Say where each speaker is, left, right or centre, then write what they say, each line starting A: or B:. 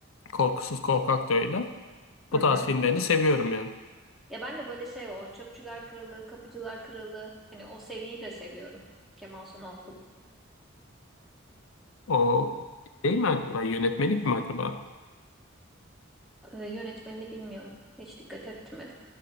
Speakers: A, on the left; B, in the centre.
A: Korkusuz Korkak da öyle.
B: Hı
A: Bu
B: hı.
A: tarz filmlerini seviyorum yani.
B: Ya ben de böyle şey o Çöpçüler Kralı, Kapıcılar Kralı hani o seriyi de seviyorum. Kemal Sunal'da.
A: O değil mi acaba yönetmelik mi acaba?
B: E, yönetmenini bilmiyorum. Hiç dikkat etmedim.